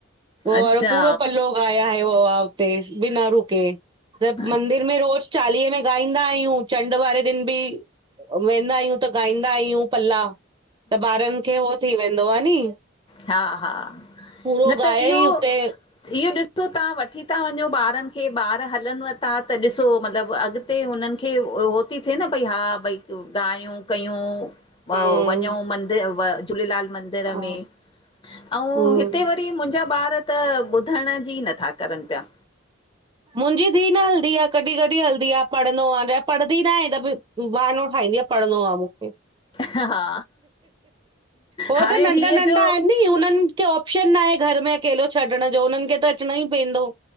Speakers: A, on the right; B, on the left.
A: उहो
B: अच्छा
A: वारो पूरो पल्लो आया ह हुते बिना रुके त
B: हम्म
A: मंदिर में रोज चालीहे में गाई इंदा आहियूं, चंड वारे दिन बि वेंदा आहियूं। त ॻाईंदा आहियूं पल्ला त ॿारनि खे उहो थी वेंदो आ नी।
B: हा- हा,
A: पूरो
B: न त
A: ॻाए
B: इयो
A: ई हुते
B: इहो ॾिसो तहां वठी था वंञो ॿारनि खे, ॿार हलन था त ॾिसो मतिलबु अॻिते हुनन खे उहो थी थिए न भई हा भई ॻायूं कयूं।
A: हम्म
B: अ वंञू मंद झूलेलाल मंदिर
A: हा
B: में। अंउ
A: हम्म
B: हिते वरी मुंहिंजा ॿार त ॿुधण जी नथा करन पिया।
A: मुंजी धीउ न हलदी आहे, कॾि कॾि हलदी आहे, पढ़ंनो आहे यां पढ़दी न आहे त बहानो ठाहींदी आ पढ़नो आ मूंखे।
B: हा
A: हो
B: हाणे
A: त नंढा
B: हीअ
A: नंढा
B: जो
A: आहिन नी, हुनन के ऑप्शन ना आहे घर में अकेलो छॾण जो, उन्हनि खे त अचणो ई पइंदो।